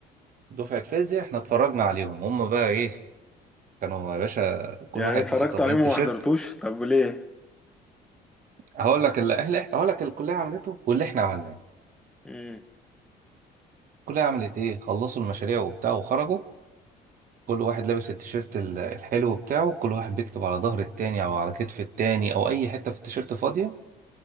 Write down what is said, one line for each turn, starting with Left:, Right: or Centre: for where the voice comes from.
Right: دفعة فيزياء احنا اتفرجنا عليهم هما بقى إيه كانوا يا باشا كل
Centre: يعني
Right: واحد
Centre: اتفرجت
Right: طابعين
Centre: عليهم
Right: تيشيرت
Centre: وما حضرتوش طب وليه
Right: هقول لك اللي هقول لك الكلية عملته واللي احنا عملناه
Centre: امم
Right: الكلية عملت إيه خلصوا المشاريع وبتاع وخرجوا كل واحد لابس التيشيرت ال- الحلو بتاعه كل واحد بيكتب على ظهر التاني او على كتف التاني او اي حته في التيشيرت فاضيه